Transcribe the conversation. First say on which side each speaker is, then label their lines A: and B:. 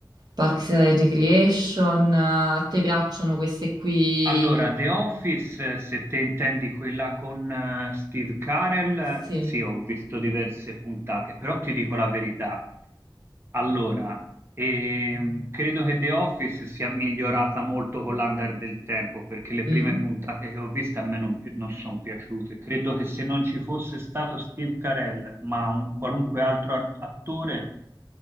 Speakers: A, on the right; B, on the right.
A: Parks and Recreation. Eh, A te piacciono queste qui?
B: Allora, The Office, eh, se te intendi quella con eh, Steve Carell, eh,
A: Sì.
B: sì, ho visto diverse puntate, però ti dico la verità. Allora, ehm, credo che The Office sia migliorata molto con l'andare del tempo, perché le
A: Mm.
B: prime puntate che ho visto a me non, sono piaciute. Credo che se non ci fosse stato Steve Carell, ma un qualunque altro art- attore,